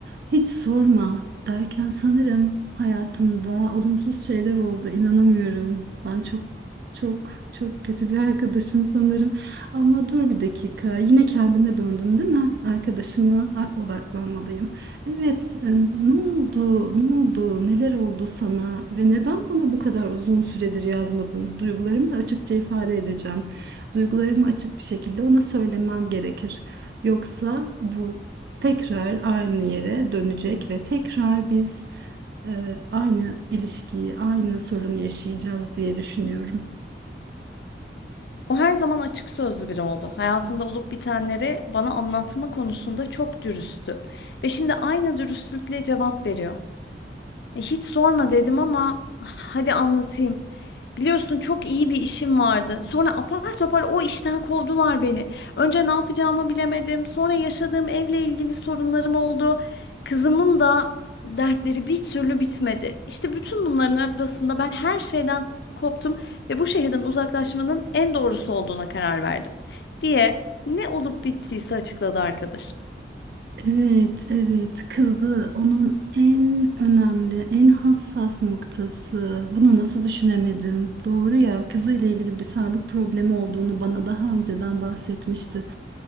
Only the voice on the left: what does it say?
O her zaman açık sözlü biri oldu. Hayatında olup bitenleri bana anlatma konusunda çok dürüsttü. Ve şimdi aynı dürüstlükle cevap veriyor. E, Hiç sorma dedim ama hadi anlatayım. Biliyorsun çok iyi bir işim vardı. Sonra apar topar o işten kovdular beni. Önce ne yapacağımı bilemedim. Sonra yaşadığım evle ilgili sorunlarım oldu. Kızımın da dertleri bir türlü bitmedi. İşte bütün bunların arasında ben her şeyden koptum ve bu şehirden uzaklaşmanın en doğrusu olduğuna karar verdim diye ne olup bittiyse açıkladı arkadaşım.